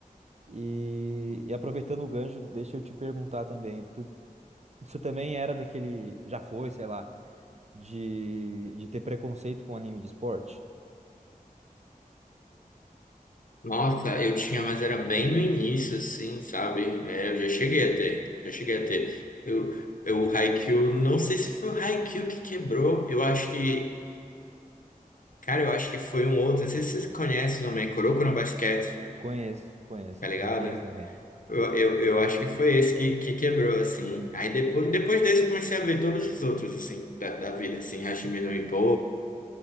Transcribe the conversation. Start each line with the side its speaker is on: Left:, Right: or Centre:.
Right: E, e aproveitando o gancho, deixa eu te perguntar também, tu, você também era daquele, já foi, sei lá, de, de ter preconceito com anime de esporte?
Left: Nossa, eu tinha, mas era bem no início, assim, sabe? É, eu já cheguei a ter, já cheguei a ter. Eu, eu, o Haikyuu, não sei se foi o Haikyuu que quebrou, eu acho que, cara, eu acho que foi um outro, não sei se vocês conhecem o nome, é Kuroko no Basket,
Right: Conheço, conheço.
Left: tá ligado?
Right: Eu vi esse também.
Left: Eu, eu, eu acho que foi esse que, que quebrou, assim. Aí depois, depois desse eu comecei a ver todos os outros, assim, da, da vida, assim, Hajime no Ippo,